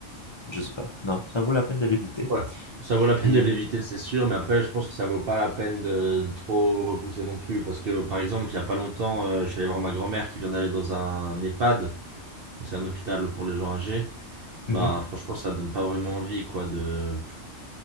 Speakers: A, on the left; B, on the right.
A: Je sais pas. Non, ça vaut la peine de l'éviter.
B: Ouais, ça vaut la peine
A: Et
B: de l'éviter, c'est sûr, mais après, je pense que ça vaut pas la peine de, de trop repousser non plus. Parce que, par exemple, il y a pas longtemps, euh, je suis allé voir ma grand-mère qui vient d'aller dans un EHPAD, donc c'est un hôpital pour les gens âgés.
A: Mhm.
B: Bah, franchement, ça donne pas vraiment envie, quoi, de...